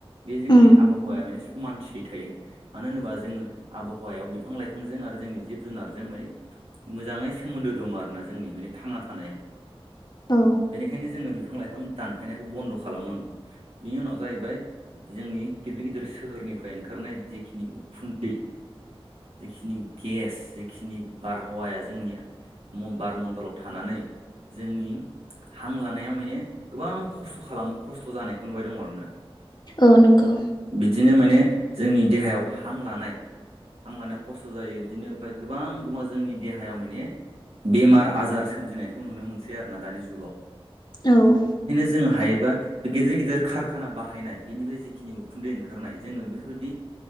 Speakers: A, on the right (about 75°); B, on the left (about 45°).
A: बे जोंनि
B: उम
A: आब- आबहावाया माने समानथियै थायो। मानो होनोबा जोङो आबहावायाव बिफां-लाइफांजों आरो जोंनि जिब-जुनार जों माने मोजांङै सोमोन्दो दङ आरोना जोंनि माने थांना थानायाव।
B: औ
A: बेनिखायनो जोंङो बिफां-लाइफां दानफायनायखौ बन्द' खालामनांगौ। बिनि उनाव जाहैबाय जोंनि गिदिर गिदिर सोहोरनिफ्राय ओंखारनाय जिखिनि उखुन्दै जिखिनि गेस जिखिनि बारहावाया जोंनि म-बार मण्डलाव थानानै जोंनि हां लानायाव माने गोबां खस्थ' खालाम खस्थ' जानायखौ नुबाय दं आरो ना।
B: औ नंगौ
A: बिदिनो माने जोंनि देहायाव हां लानाय हां लानायाव खस्थ' जायो बिदिनो ओमफ्राय गोबां गोबां जोंनि देहायाव माने बेमार आजार सोमजिनायखौ नुनो मोनसै आरोना दानि जुगाव।
B: औ
A: जों हायोबा बे गिदिर गिदिर खारखाना बाहायनाय बेनिफ्राय जिखिनि उखुन्दै ओंखारनाय जोङो बेफोरबायदि